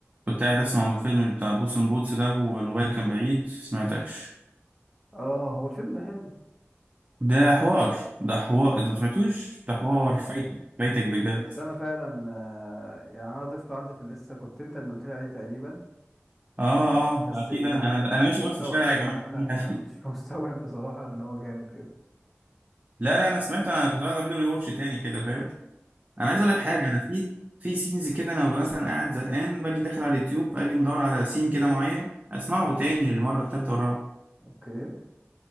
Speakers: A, on the right; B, in the centre.
A: كنت قاعد اسمع الفيلم بتاع بوسن بوتس ده والموبايل كان بعيد سمعتكش
B: اه هو الفيلم ده حلو
A: ده حوار ده حوار انت ما سمعتوش ده حوار
B: لا
A: فايتك فايتك بجد
B: بس انا فعلا آه، يعني انا ضفته عندي في اللسته كنت انت اللي قلت لي عليه تقريبا
A: اه
B: آه،
A: اه
B: بس
A: اكيد
B: يعني
A: انا انا
B: مش
A: انا ماشي
B: مستوعب
A: اقول في الشارع يا جماعه
B: يعني انا
A: <laughs>
B: انا مش <laughs> مستوعب بصراحه ان هو جامد كده
A: لا لا انا سمعت انا كنت بعد اعمل له ريواتش تاني كده فاهم انا
B: والله
A: عايز اقول لك حاجه انا في في سينز كده انا ببقى مثلا قاعد زهقان باجي داخل على اليوتيوب اجي مدور على سين كده معين اسمعه تاني للمره الثالثه والرابعه
B: اوكي